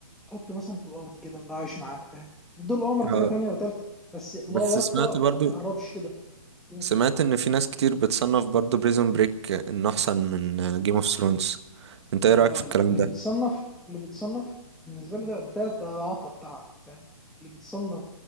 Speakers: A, in the centre; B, on the right (about 50°).
A: تحطه مثلا في الارض كده اللي هو عايش معانا فاهم دول عمر تبقى
B: آه،
A: تانية وتالتة بس
B: بس
A: لا يرقى
B: سمعت برضو
A: ما يقربش كده دي مصيبة.
B: سمعت ان في ناس كتير بتصنف برضو بريزون بريك انه احسن من جيم اوف ثرونز انت ايه
A: لا
B: رأيك في
A: لا
B: الكلام
A: لا اللي
B: ده
A: بيتصنف اللي بيتصنف بالنسبه لي ده ده ده عطب تعب فاهم اللي بيتصنف